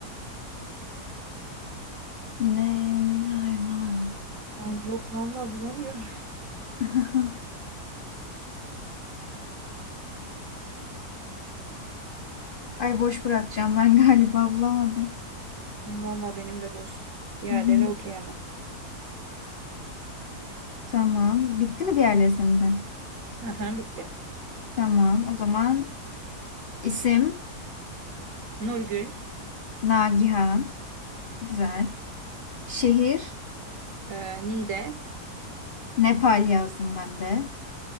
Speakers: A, on the left (about 75°); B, on the right (about 55°).
A: ne hayvan?
B: Ay yok vallahi bulamıyorum.
A: <laughs> Ay boş bırakacağım ben galiba bulamadım.
B: Vallahi benim de boş. Diğerleri
A: Hı hı.
B: okey ama.
A: Tamam. Bitti mi diğerleri senin de?
B: Aha bitti.
A: Tamam. O zaman isim
B: Nurgül,
A: Nagihan. Güzel. Şehir
B: e, Nide,
A: Nepal yazdım ben de.